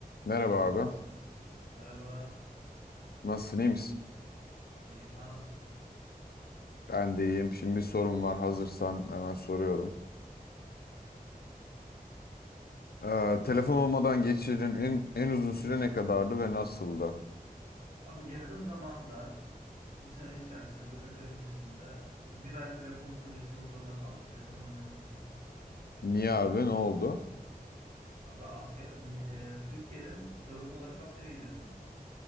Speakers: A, on the left; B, on the right.
A: Merhaba abi.
B: Merhaba,
A: Nasılsın, iyi misin?
B: iyiyim. Sen nasılsın?
A: Ben de iyiyim. Şimdi bir sorum var. Hazırsan hemen soruyorum. Ee, telefon olmadan geçirdiğin en, en uzun süre ne kadardı ve nasıldı?
B: Abi yakın zamanda, bu sene içerisinde, birkaç ay öncesinde bir ay telefonsuz geçirmek zorunda kaldım. Telefonum yoktu.
A: Niye abi? Ne oldu?
B: Abi asker, m- e, Türkiye'de zorunlu olarak askere gidiyorsun,